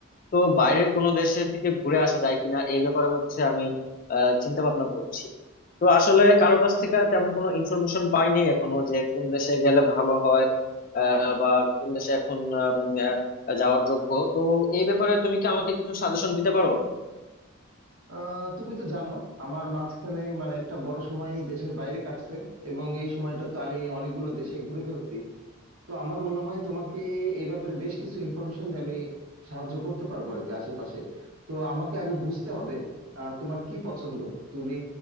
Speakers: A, on the left; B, on the right.
A: তো বাইরের কোনো দেশে থেকে ঘুরে আসা যায় কিনা এই ব্যাপারে হচ্ছে আমি আহ, চিন্তা ভাবনা করছি তো আসলে কারো কাছ থেকে তেমন কোনো ইনফরমেশন পাইনি এখনো যে কোন দেশে গেলে ভালো হয় আহ, বা কোন দেশে এখন আহ, উম, আহ, যাওয়ার যোগ্য তো এই ব্যাপারে তুমি কি আমাকে কিছু সাজেশন দিতে পারো
B: আহ তুমি তো জানো আমার মাঝখানে মানে একটা বড় সময় দেশের বাইরে কাটছে এবং এই সময়টা তো আমি অনেকগুলো দেশে ঘুরে ফেলছি তো আমার মনে হয় তোমাকে এ ব্যাপারে বেশ কিছু ইনফরমেশন দিয়ে আমি সাহায্য করতে পারবো আর কি আশেপাশে তো আমাকে আগে বুঝতে হবে আহ, তোমার কি পছন্দ তুমি